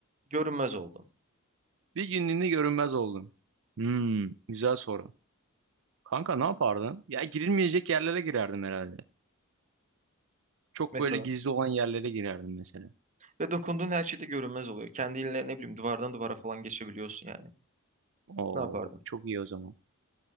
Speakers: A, on the right; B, on the right.
A: görünmez oldun.
B: Bir günlüğüne görünmez oldum. Hmm, güzel soru. Kanka ne yapardın? Ya girilmeyecek yerlere girerdim herhalde. Çok
A: Mesela
B: böyle gizli olan yerlere girerdim mesela.
A: ve dokunduğun her şeyde görünmez oluyor. Kendinle ne bileyim duvardan duvara falan geçebiliyorsun yani.
B: Oo,
A: Ne yapardın?
B: çok iyi o zaman.